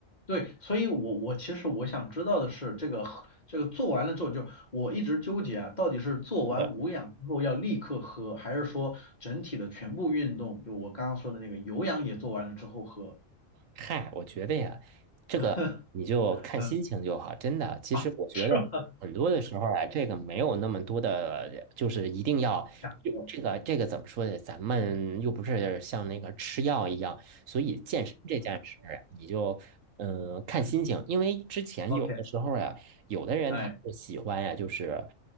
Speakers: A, on the left; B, on the right.
A: 对，所以我我其实我想知道的是，这个喝这个做完了之后就，我一直纠结啊，到底是做完无氧之后要立刻喝，
B: 对
A: 还是说整体的全部运动，就我刚刚说的那个有氧也做完了之后喝？
B: 嗨，我觉得呀，这个你就看心情就好，
A: <laughs> 嗯
B: 真的。其实我觉得很多的时候啊，
A: 啊，是吗？
B: 这个没有那么多的，就是一定要就这个这个怎么说呢？
A: 想喝
B: 咱们又不是像那个吃药一样，所以健身这件事儿啊，你就嗯、呃看心情，因为之前有的时候呀，
A: ，OK，
B: 有的人他是喜欢呀，
A: 哎，
B: 就是